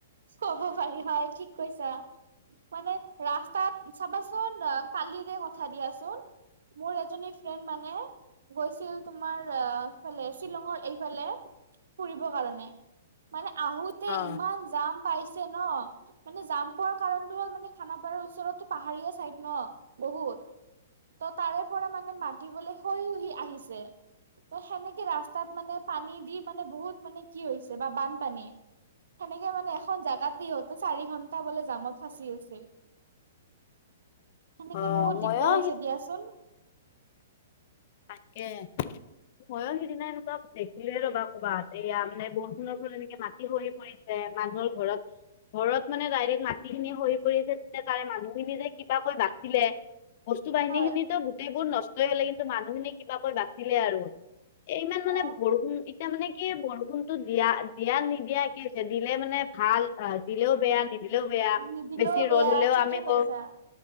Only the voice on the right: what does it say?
ক'ব পাৰি হয়, ঠিক কৈছা। মানে ৰাস্তাত চাবাচোন আ কালিৰে কথা দিয়াচোন। মোৰ এজনী ফ্ৰেণ্ড মানে গৈছিল তোমাৰ আহফালে শ্বিলঙৰ এইফালে ফুৰিবৰ কাৰণে। মানে আহোতে
ইমান জাম পাইছে ন মানে জাম পোৱাৰ কাৰণটো হ'ল মানে খানাপাৰাৰ ওচৰতো পাহাৰীয়া চাইড ন বহুত। ত' তাৰে পৰা মানে মাতিবলে শৈ উহি আহিছে। ত সেনেকে ৰাস্তাত মানে পানী দি মানে বহুত মানে কি হৈছে বা বানপানী সেনেকে মানে এ খন জেগাত ইহঁতে চাৰি ঘন্টা বোলে জামত ফাঁচি আছিল। সেনেকে
বহুত
দিগদাৰ হৈছে দিয়াচোন।
হয়
অ
নিদিলেও
বেয়া
ঠিকে
কৈছা